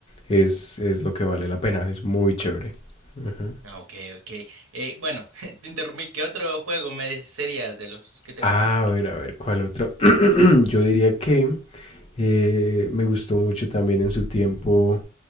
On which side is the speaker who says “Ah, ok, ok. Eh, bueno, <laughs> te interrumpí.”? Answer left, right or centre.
Right